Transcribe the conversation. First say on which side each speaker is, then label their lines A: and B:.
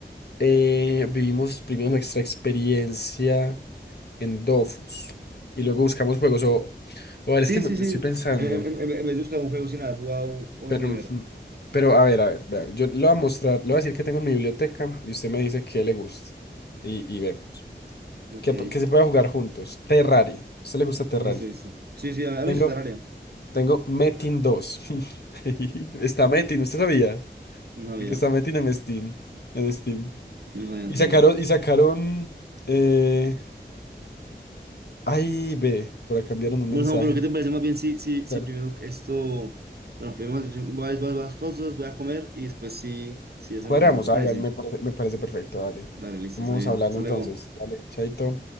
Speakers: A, on the left; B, on the right.
A: eh, vivimos primero nuestra experiencia en Dofus y luego buscamos juegos. O, o a ver,
B: Sí,
A: es que no-
B: sí, sí.
A: estoy pensando.
B: En, en- en- en vez de buscar un juego sin haber jugado un- uno
A: Pero,
B: primero.
A: ujú. pero a ver, a ver, vea, yo le voy a mostrar, le voy a decir que tengo en mi biblioteca y usted me dice que le gusta. Y, y ve,
B: Ok,
A: que, p- que se pueda jugar juntos. Terraria. ¿A usted le gusta Terraria?
B: listo, listo. Sí, sí, a a
A: Tengo,
B: mí es área.
A: tengo Metin dos <laughs> Está Metin, ¿usted sabía?
B: no sabía,
A: Y que está Metin en Steam. En Steam.
B: no sabía,
A: Y
B: no sabía.
A: sacaron, y sacaron, eh, ay, ve, por acá enviaron un
B: Bueno,
A: mensaje.
B: Samu, pero ¿qué te parece más bien si, si, si
A: Dale.
B: primero que esto... Bueno, primero
A: Sí.
B: voy a voy a- voy a las cosas, voy a comer y después sí, sí hacemos
A: Cuadramos,
B: eso, ¿te parece?
A: hágale, me parece, me parece perfecto, dale.
B: Dale, listo,
A: Vamos
B: está bien.
A: hablando
B: Hasta
A: entonces.
B: luego.
A: Dale, chaito.